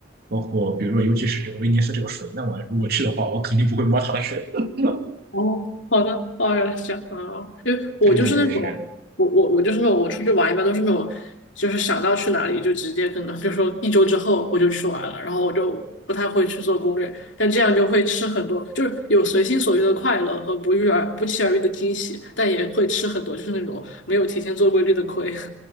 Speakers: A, on the right; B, on the left.
A: 包括比如说尤其是这个威尼斯这个水，那我如果去的话，我肯定不会摸它的水。<laughs>
B: 哦，好的，哦，原来是这样啊，因为我就是那种，
A: 对对对，是。
B: 我我我就是那种，我出去玩一般都是那种，就是想到去哪里就直接可能就说一周之后我就去玩了，然后我就不太会去做攻略，但这样就会吃很多，就是有随心所欲的快乐和不遇而不期而遇的惊喜，但也会吃很多就是那种没有提前做规律的亏。<laughs>